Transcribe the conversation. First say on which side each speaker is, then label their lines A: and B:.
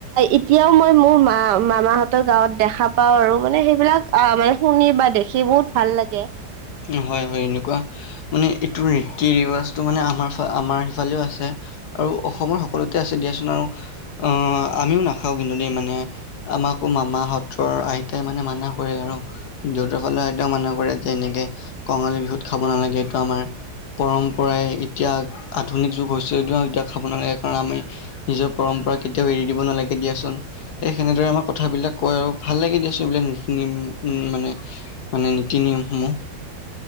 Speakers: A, on the right; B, on the left.
A: এতিয়াও মই মোৰ মা মামাহঁতৰ গাঁৱত দেখা পাও আৰু। মানে সেইবিলাক আহ মানে শুনি বা দেখি বহুত ভাল লাগে।
B: উম, হয়, হয়, এনেকুৱা। মানে এইটো ৰীতি-ৰিৱাজটো মানে আমাৰ আমাৰ সেইফালেও আছে। আৰু অসমৰ সকলোতে আছে দিয়াচোন আৰু আঁহ আমিও নাখাও কিন্তু দেই মানে। আমাকো মামা সত্ৰৰ আইতাই মানে মানা কৰে আৰু। দেউতাক হ'লে আইতাই মানা কৰে যেনেকে কঙালী বিহুত খাব নালাগে এইটো আমাৰ পৰম্পৰাই এতিয়া আধুনিক যুগ হৈছে ন' এতিয়া খাব নালাগে কাৰণ আমি নিজৰ পৰম্পৰা কেতিয়াও এৰি দিব নালাগে দিয়াচোন। এই সেনেদৰে আমাক কথাবিলাক কয় আৰু ভাল লাগে দিয়াচোন এইবিলাক নিখিনি মানে। মানে নীতি-নিয়মসমূহ।